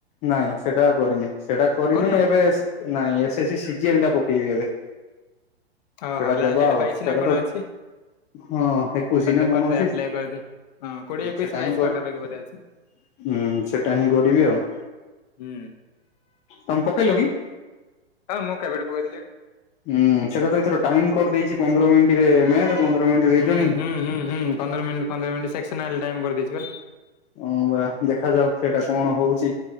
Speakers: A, on the left (about 20°); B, on the left (about 40°).
A: ନାଇଁ ସେଟା କରିନି ସେଟା କରିନି
B: କରୁନୁ
A: ଏବେ ନାଇଁ ଏସ୍-ସି ସିଜିଲ୍ ଟା ପକେଇବି ଏବେ।
B: ଓହୋ
A: ସେଇଟା
B: ଲାଷ୍ଟ
A: ଦେବା
B: ଡେଟ୍
A: ଆଉ
B: ବାଇଶି
A: ସେଟା
B: ନା କଣ
A: ତ
B: ଅଛି?
A: ହଁ ଏକୋଇଶି
B: କରିଦେ
A: ନା କଣ
B: କରିଦେ
A: ଅଛି,
B: ଆପ୍ଲାଏ କରିଦେ ହଁ କୋଡିଏ ଏକୋଇଶି
A: ସେଟା
B: ବାଇଶି
A: ହିଁ କରିବି।
B: ପାଖାପାଖି ବୋଧେ ଅଛି।
A: ହୁଁ ସେଟା ହିଁ କରିବି ଆଉ।
B: ହୁଁ।
A: ତମେ ପକେଇଲ କି?
B: ହଁ ମୁଁ କେବେଠୁ ପକେଇଦେଲିଣି।
A: ହୁଁ ସେଟା ତ ଏଥର ଟାଇମ କରିଦେଇଛି ପନ୍ଦର ମିନିଟରେ ମ୍ୟାର୍ଥ ତ ପନ୍ଦର ମିନିଟରେ
B: ହୁଁ
A: ରିଜଲିଂ।
B: ହୁଁ ହୁଁ ହୁଁ ପନ୍ଦର ମିନିଟ ପନ୍ଦର ମିନଟ ସେକ୍ସ୍ନାଲ୍ ଟାଇମ କରିଦେଇଛି ପା।
A: ହଁ ପରା ଦେଖାଯାଉ ସେଇଟା କଣ ହଉଛି